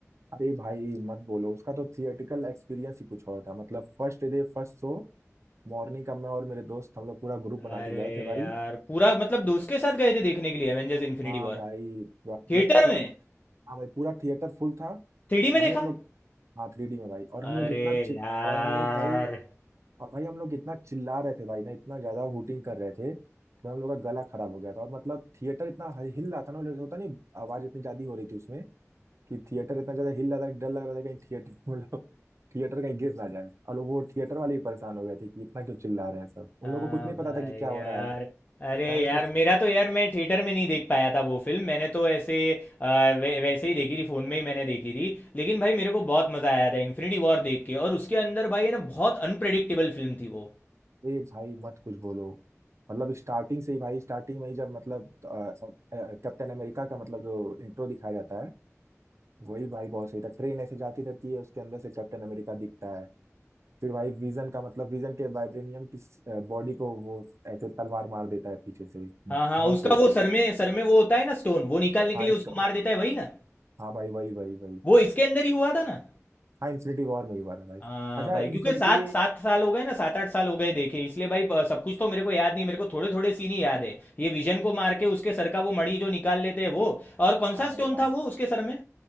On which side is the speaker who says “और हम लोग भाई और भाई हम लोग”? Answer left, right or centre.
Right